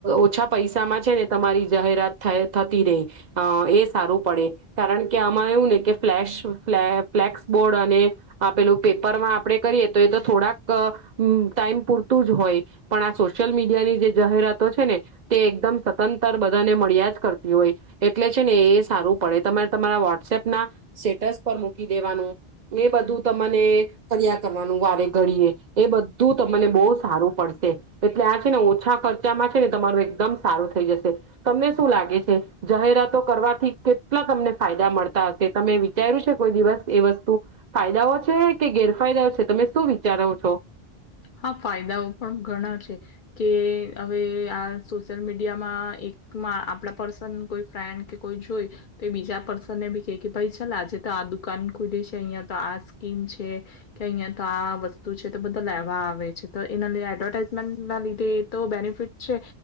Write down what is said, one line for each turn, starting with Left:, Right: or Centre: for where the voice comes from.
Right: ઓછા પૈસામાં છે ને તમારી જાહેરાત થ થતી રહી એ સારું પડે કારણ કે આમાં એવું ને કે ફ્લેશ ફલે ફ્લેક્સ બોર્ડ અને. આ પેલું પેપરમાં આપણેે કરીએ તો એ તો થોડાક ટાઈમ પૂરતું જ હોય પણ આ સોશિયલ મીડિયાની જે જાહેરાતો છે ને તે એકદમ સતંતર બધાને મળ્યા જ કરતી હોય એટલે છે ને એ સારું પડે તમારે તમારા વોટ્સએપ ના સ્ટેટસ પર મૂકી દેવાનું. મે બધું તને ફ. કરવાનું વારે ઘડીએ. એ બધું તમને બહુ સારું પડશે. એટલે આ છે ને ઓછા ખર્ચ. છે ને તમારું એકદમ સારું થઈ જશે તમને શું લાગે છે. જાહેરાતો કરવાથી. કેટલા તમને ફાયદા મળતા હશે તમે વિચાર્યું છે કોઈ દિવસ એ વસ્તુ. ફાયદાઓ છે કે ગેરફાયદાઓ છે તમે શું વિચારો છો.
Left: હા ફાયદાઓ પણ ઘણા છે કે. હવે આ સોશિયલ મીડિયામાં એક આપડા પર્સન કોઈ ફ્રેન્ડ કે કોઈ જોય તો એ બીજા પર્સનને બી કે ભાઈ ચાલ આજે તો આ દુકાન ખુલી છે અહિયાં તો આ સ્કીમ છે કે અહિયાં તો આ વસ્તુ છે. બધ લેવા આવે છે તો એના લ એડવર્ટાઈઝમેન્ટ ના લીધે એ તો બેનિફિટ છે